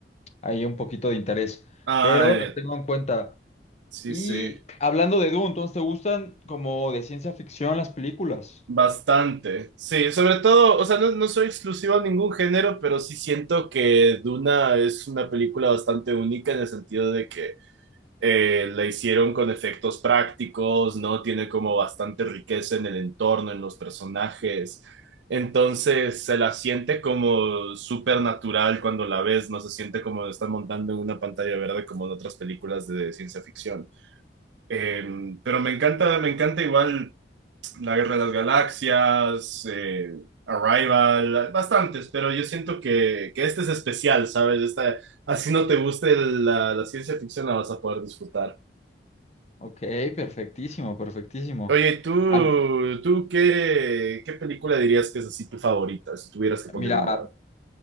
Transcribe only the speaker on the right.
Ah,
sí,
sí.
Bastante, sí, sobre todo, o sea, no, no soy exclusivo a ningún género, pero sí siento que Duna es una película bastante única en el sentido de que eh, la hicieron con efectos prácticos, ¿no? Tiene como bastante riqueza en el entorno, en los personajes, entonces se la siente como súper natural cuando la ves, no se siente como están montando en una pantalla verde como en otras películas de ciencia ficción. Eh, pero me encanta, me encanta igual. La Guerra de las Galaxias, eh, Arrival, bastantes, pero yo siento que, que este es especial, ¿sabes? Esta, así no te guste la, la ciencia ficción, la vas a poder disfrutar.
Oye, ¿tú,
tú qué, qué película dirías que es así tu favorita? Si tuvieras que poner
una